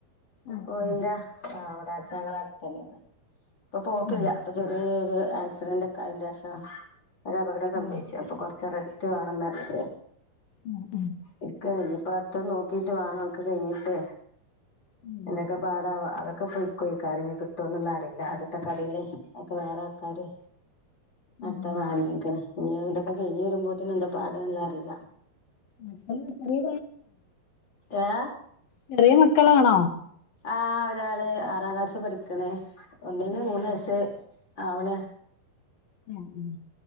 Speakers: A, on the left; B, on the left.
A: ആഹ്
B: കോഴിന്റെ
A: ഉം
B: ആ അവിടെണ്‌. ഞങ്ങള ടുത്ത ന്നെണ്. ഇപ്പൊ പോക്കില്ല
A: ആഹ്
B: പ്പൊ ചെറിയ ആക്സിഡന്റ് ഒക്കെ ആയിന്റെശം ഒരു അപകടം സംഭവിച്ചു
A: ആഹ്
B: അപ്പൊ കൊറച്ച് റസ്റ്റ് വേണംന്നറഞ്ഞിട്ടെ
A: ആഹ് ആഹ്
B: ഇരിക്കണ്‌ ഞ്ഞി പ്പ അടുത്ത നോക്കി ട്ട് വേണം ഒക്കെ കഴിഞ്ഞിട്ട്
A: ഉം
B: എന്തൊക്കെ പാടാ വോ അതൊക്കെ ഒക്കെ പോയിക്കോയിക്കാരം കിട്ടൊന്നു ള്ള അറിയില്ല ആദ്യത്തെ കടയില് ഒക്കെ വേറെ ആൾക്കാര് അവ്ട്ത്തെ
A: ഉം
B: വാങ്ങീക്ക്ണ്‌. ഇനി ഇതൊക്കെ കയ്ഞ് വരുമ്പോ നെ ന്താ പാട്ള്ളത് അറീല്ല.
A: മക്കള് ചെറിയ
B: യേ?
A: ചെറിയ മക്കളാണോ?
B: ആ ഒരാള് ആറാം ക്ലാസ്സ് പഠിക്ണേ ഒന്നിന്
A: ആഹ്
B: മൂന്ന് വയസ്. ആവണ്.
A: ഉം, ഉം